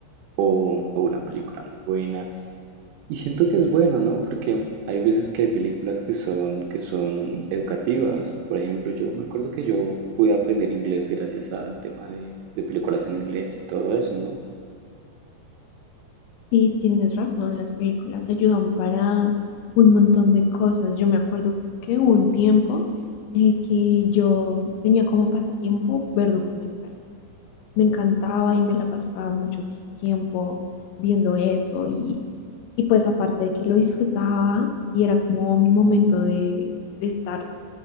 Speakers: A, on the right; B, on the left.
A: o, un- o una película muy buena. Y siento que es bueno, ¿no? Porque hay veces que hay películas que son, que son educativas. Por ejemplo, yo me acuerdo que yo pude aprender inglés gracias al tema de, de películas en inglés y todo eso, ¿no?
B: Sí, tienes razón, las películas ayudan para un montón de cosas. Yo me acuerdo que hubo un tiempo en el que yo tenía como pasatiempo ver documentales. Me encantaba y me la pasaba mucho tiempo viendo eso y, y pues aparte de que lo disfrutaba y era como mi momento de, de estar